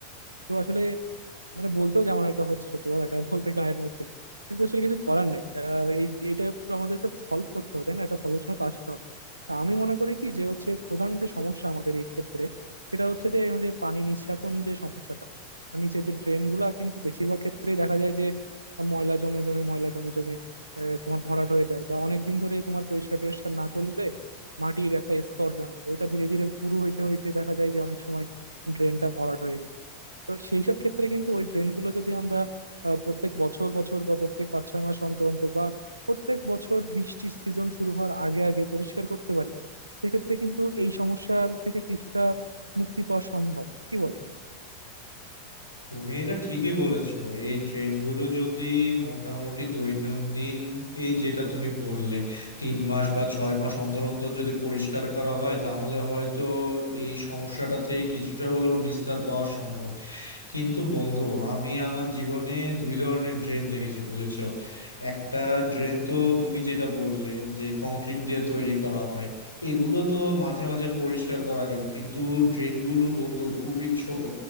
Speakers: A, on the right (about 85°); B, on the left (about 85°).
A: তো আসলে মানে বলতেও কেমন একটা হচ্ছে সত্যি কথা কা- বলতে গায়ের মধ্যে কিন্তু আসলে কিছু করার নাই আহ, এই এটা আমাদেরকে সলভ করতে হবে তাই না এটা সলিউশনে তো আসতে হবে তা আমি মনে করি কি যে হচ্ছে প্রধান যে সমস্যা আমাদের এই ক্ষেত্রে সেটা হচ্ছে যে এই যে পানি নিষ্কাশন যে সমস্যাটা নিচের যে ড্রেন গুলা কিন্তু বেশিরভাগ ক্ষেত্রেই দেখা যায় যে ময়লা জমে জমে ময়লা জমে জমে আহ, তোমার ভরাট হয়ে যায় বা অনেক দিন ধরে তোমার পরিষ্কার টরিষ্কার না করলে মাটির একটা স্তর জমে ওইটা ধীরে ধীরে পুরু হইতে হইতে দেখা যায় যে অনেক সময় ড্রেনটা ভরাট হয়ে গেছে তো সেই সব ক্ষেত্রে কিন্তু ওই ড্রেনগুলো যদি আমরা আহ, প্রত্যেক বছর বছর বা প্রত্যেক পাঁচ ছয় মাস অন্তর অন্তর বা প্রত্যেক বছর বৃষ্টির সিজন শুরু হওয়ার আগে আগে পরিষ্কার করতে পারি সেক্ষেত্রে কিন্তু এই সমস্যার থেকে কিছুটা মুক্তি পাওয়া সম্ভব কি বল
B: তুমি এটা ঠিকই বলেছো এই ট্রেনগুলো যদি মোটামুটি দৈনন্দিন এই যেটা তুমি বললে তিন মাস বা ছয় মাস অন্তর অন্তর যদি পরিষ্কার করা হয় তাহলে হয়তো এই সমস্যাটা থেকে কিছুটা হলেও নিস্তার পাওয়া সম্ভব কিন্তু বন্ধু আমি আমার জীবনে দুই ধরনের ড্রেন দেখেছি বুঝেছো একটা ড্রেন তো তুমি যেটা বললে যে কংক্রিট দিয়ে তৈরি করা হয় এগুলো তো মাঝে মাঝে পরিষ্কার করা গেল কিন্তু ড্রেনগুলো বন্ধু খুবই ছোট